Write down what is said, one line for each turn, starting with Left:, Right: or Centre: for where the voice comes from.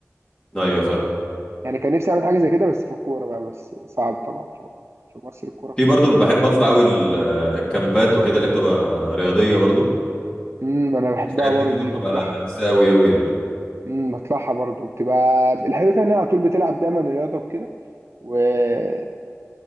Left: ايوه فاهم
Right: يعني كان نفسي اعمل حاجه زي كده بس في الكوره بقى بس صعب طبعا في في مصر الكوره في
Left: في برضو
Right: مصر
Left: بحب اطلع قوي الكامبات وكده اللي بتبقى رياضيه برضو
Right: امم انا بحبها
Left: الحاجات
Right: برضو
Left: دي برضو
Right: دي
Left: بتبقى
Right: بطلعها
Left: لذيذه قوي قوي يعني
Right: امم بطلعها برضو بتبقى الحلو فيها ان هي على طول بتلعب دايما الرياضه وكده وتحس